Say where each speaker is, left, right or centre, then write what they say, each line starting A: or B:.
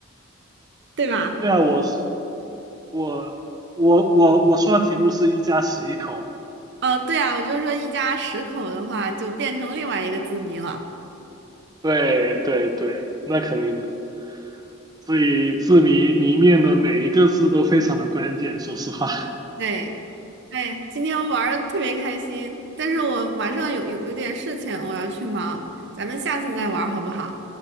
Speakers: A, on the right; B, on the right.
A: 对吧？
B: <laughs> 对啊，我是我我我我说的题目是一家十一口啊。
A: 嗯，对啊，我就说一家十口的话，就变成另外一个字谜了。
B: 对对对，那肯定的。所以字谜谜面的每一个字都非常的关键，说实话。
A: 对。哎呀，今天玩的特别开心，但是我晚上有有有点事情，我要去忙，咱们下次再玩好不好？